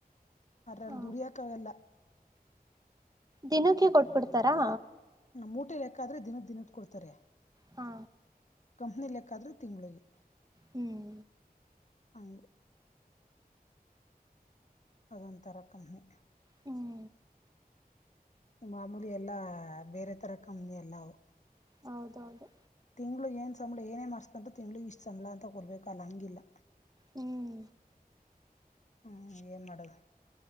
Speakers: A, on the left (about 50°); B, on the right (about 25°).
A: ಅರ್ರಲ್ಲಿ
B: ಹಾ
A: ದುಡಿಯಕ ಆಗಲ್ಲ.
B: ದಿನಕ್ಕೆ ಕೊಟ್ಬಿಡ್ತಾರಾ.
A: ಮೂಟೆ ಲೆಕ್ಕಾದ್ರೆ ದಿನದ ದಿನದ ಕೊಡ್ತಾರೆ.
B: ಹಾ
A: ಕಂಪನಿ ಆದ್ರೆ ತಿಂಗಳಿಗೆ
B: ಹ್ಮ್
A: ಅಂಗೆ ಅದೊಂತರ ಕಂಪನಿ
B: ಹ್ಮ್
A: ಮಾಮೂಲಿ ಎಲ್ಲಾ ಬೇರೆ ತರ ಕಂಪನಿ ಎಲ್ಲ ಅವು
B: ಹೌದೌದು
A: ತಿಂಗಳಿಗೆ ಏನ್ ಸಂಬಳ ಏನೇ ಮಾಡ್ಸ್ಕೊಂಡ್ರು ತಿಂಳಗ್ ಇಷ್ಟ ಸಂಬಳ ಅಂತ ಕೊಡ್ಬೇಕು ಅಲ್ಲ ಹಂಗಿಲ್ಲ
B: ಹ್ಮ್
A: ಹ್ಮ್ ಏನ್ ಮಾಡದು